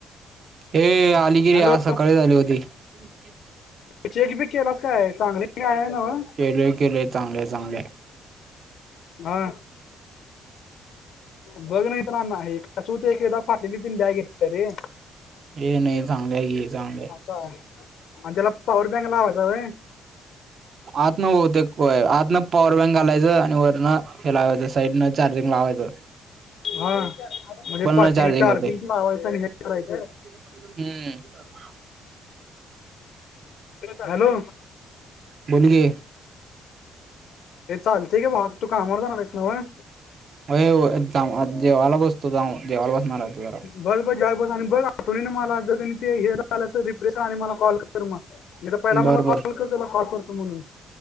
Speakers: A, on the right; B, on the left.
A: हे आली की
B: हॅलो
A: रे आज सकाळीच आली होती. <unintelligible>
B: चेक बी केलास काय चांगली काय आहे नव्ह?
A: केलोय केलोय चांगले चांगले.
B: हा. बघ नाही तर नासत एक एकदा फाटलेली ती बॅग घेत रे.
A: ये नाही चांगले की चांगले.
B: होय आणि त्याला पॉवर बँक लावायचा आहेय.
A: आत न होते आत पोएम पॉवर बँक घालायचं आणि वरना. हे लाव ते साईड न चार्जिंग लावेत.
B: हा म्हणजे पा
A: न
B: चार्जिंग
A: होते
B: लावायचं आणि हे करायचं.
A: हम्म हम्म.
B: हॅलो.
A: बोलकी.
B: हे चालतेय का भावा तू कामवर जाणार आहेस व्हय?
A: होय होय जेवाला बसतो जाऊन, जेवाला बसणार आहे जरा.
B: बस बस जाय बस आणि बस आठवणी ना मला रिप फ्रेश कर आणि मला कॉल कर मग मी तर पहिला
A: बर
B: मला
A: बर
B: कॉल कर त्याला कॉल करतो म्हणून.